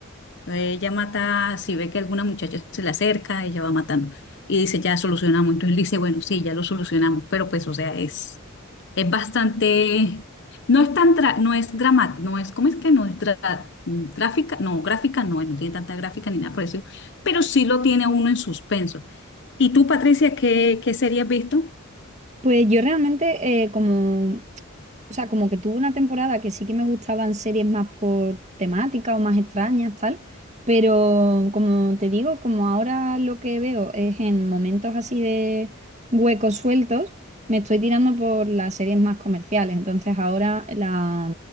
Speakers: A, on the left; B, on the right.
A: Entonces ella mata, si ve que alguna muchacha se le acerca, ella va matando. Y dice, ya solucionamos. Entonces él dice, bueno, sí, ya lo solucionamos. Pero pues, o sea, es, es bastante, no es tan, tra- no es drama, no es, ¿cómo es que no es tra- tráfica? No, gráfica no, no tiene tanta gráfica ni nada por eso, pero sí lo tiene a uno en suspenso. ¿Y tú, Patricia, qué, qué serie has visto?
B: Pues yo realmente eh, como, o sea, como que tuve una temporada que sí que me gustaban series más por temática o más extrañas, tal, pero como te digo, como ahora lo que veo es en momentos así de huecos sueltos, me estoy tirando por las series más comerciales. Entonces ahora, la,